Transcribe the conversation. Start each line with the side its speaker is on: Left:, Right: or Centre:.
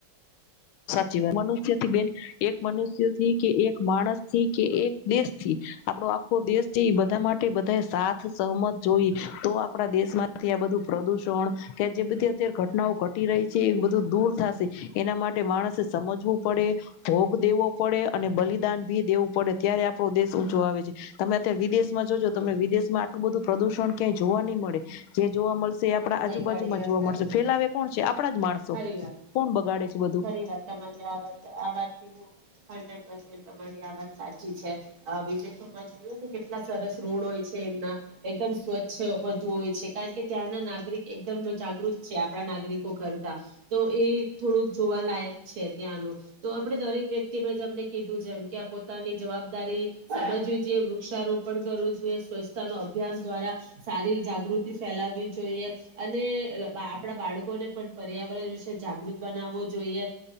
Left: સાચી વાત મનુષ્યથી બેન એક મનુષ્ય થી કે એક માણસ થી કે એક દેશથી આપડો આખો દેશ છે, એ બધા માટે બધા સાથ સહમત જોઈએ તો આપણા દેશમાંથી આ બધું પ્રદુષણ કે જે બધી અત્યારે ઘટનાઓ ઘટી રહી છે, એ બધું દૂર થશે એના માટે માણસે સમજવું પડે, ભોગ દેવો પડે અને બલિદાન ભી દેવું પડે ત્યારે આપણો દેશ ઊંચો આવે છે તમાર ત્યાં વિદેશ જો જો
Right: હા
Left: તમને વિદેશમાં આટલું બધું પ્રદૂષણ ક્યાંય જોવા નહી મળે, જે જોવા મળસે આપણા
Right: નહી
Left: આજુબાજુમાં
Right: મળે એ વાત
Left: જોવા
Right: સારી
Left: મળશે,
Right: મને
Left: ફેલાવે કોણ છે આપણા જ માણસો
Right: સારી વાત
Left: કોણ બગાડે છે બધું?
Right: ખરી વાત તમારી આ વાત આ વાત થી હું હડરેડ પર્સેન્ટ તમારી આ વાત સાચી છે. વિદેશોમાં જોઈએ કેટલા સરસ રોડ હોય છે, એમના એકદમ સ્વચ્છ વધુ હોય છે કારણ કે ત્યાંના નાગરી નાગરિક એકદમ જાગૃત છે આપણા નાગરિકો કરતા તો, એ થોડુંક જોવાલાયક છે ત્યાંનું તો આપણે દરેક વ્યક્તિ મેં તમને કીધું. જેમકે આ પોતાની જવાબદારી સમજવી જોઈએ, વૃક્ષારોપણ કરવું જોઈએ, સ્વચ્છતા નો અભિયાન દ્વારા સારી જાગૃતિ ફેલાવવી જોઈએ. અને આપણા બાળકોને પણ પર્યાવરણ વિશે જાગૃત બનાવવો જોઈએ,